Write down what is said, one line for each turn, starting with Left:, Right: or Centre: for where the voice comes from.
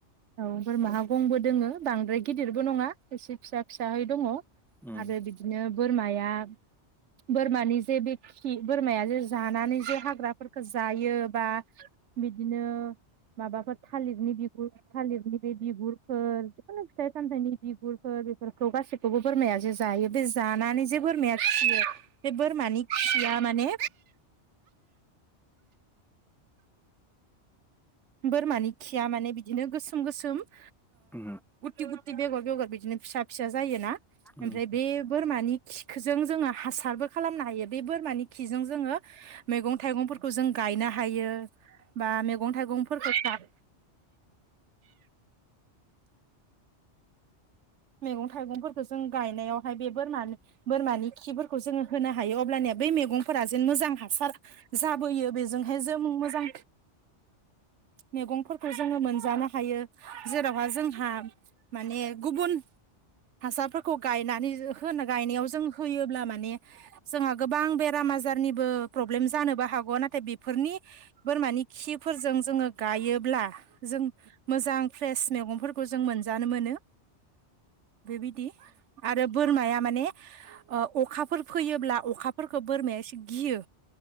Right: औ बोरमाहा गंबो दोङो बांद्राय गिदिरबो नङा एसे फिसा फिसाहै दङ'।
Centre: उम
Right: आरो बिदिनो बोरमाया बोरमानि जे बेखि बोरमाया जे जानानै जे हाग्राफोरखौ जायो बा बिदिनो माबाफोर थालिरनि बिगुर थालिरनि बे बिगुरफोर जिखुनु फिथाइ सामथाइनि बिगुरफोर बेफोरखौ गासैखौबो बोरमाया जे जायो बे जानानै जे बोरमाया खियो बे बोरमानि खिया माने बोरमानि खिया माने बि बिदिनो गोसोम गोसोम ओ
Centre: उम
Right: गुति गुति बेगर बेगर बिदिनो फिसा फिसा जायोना।
Centre: उम
Right: ओमफ्राय बे बोरमानि खिखोजों जोङो हासारबो खालामनो हायो बे बोरमानि खिजों जोङो मैगं थाइगंफोरखौ जों गायनो हायो बा मैगं थाइगं फोरखौ साब मैगं थाइगंफोरखौ जों गायनायाव फाय बे बोरमा बोरमानि खिफोरखौ जोङो होनो हायो अब्लानिया बै मैगंफोरा जेन मोजां हासार जाबोयो बेजोंहाय जों मोजां मेगंफोरखौ जोङो मोनजानो हायो जेरावहा जोंहा माने गुबुन हासारफोरखौ गायनानै <unintelligible> गायनायाव जों होयोब्ला माने जोंहा गोबां बेराम आजारनिबो प्रब्लेम जानोबो हागौ। नाथाय बेफोरनि बोरमानि खिफोरजों जोङो गायोब्ला जों मोजां फ्रेस मेगंफोरखौ मोनजानो मोनो। बेबायदि आरो बोरमाया माने ओ अखाफोर फैयोब्ला अखाफोरखौ बोरमाया एसे गियो।